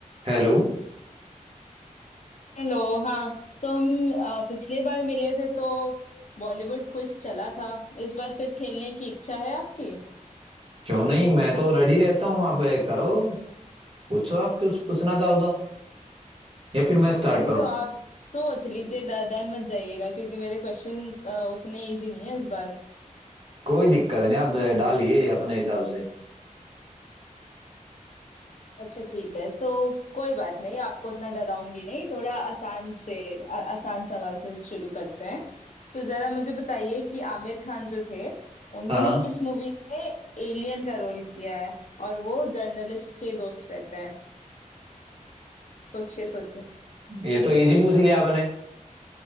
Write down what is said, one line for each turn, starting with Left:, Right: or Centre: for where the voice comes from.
Right: Hello
Left: Hello हाँ तो हम अ, पिछली बार मिले थे तो बॉलीवुड क्विज चला था इस बार फिर खेलने की इच्छा है आपकी
Right: क्यों नहीं मैं तो रेडी रहता हूँ आप ए, करो पूछो आप कुछ पूछना चाहो तो या फिर मैं स्टार्ट
Left: नहीं
Right: करूँ
Left: तो आप सोच लीजिए ड- डर मत जाइएगा क्योंकि मेरे क्वेश्चन उतने इजी नहीं है इस बार
Right: कोई दिक्कत नहीं आप ए, डालिए अपने हिसाब से
Left: अच्छा ठीक है तो कोई बात नहीं आपको उतना डराऊंगी नहीं थोड़ा आसान से आ, आसान सवाल से शुरू करते हैं तो जरा मुझे बताइए कि आमिर खान जो थे उन्होंने
Right: हाँ
Left: किस मूवी में एलियन का रोल किया है और वो जर्नलिस्ट के दोस्त रहते हैं सोचिए सोचिए
Right: ये तो इजी पूछ ही लिया आपने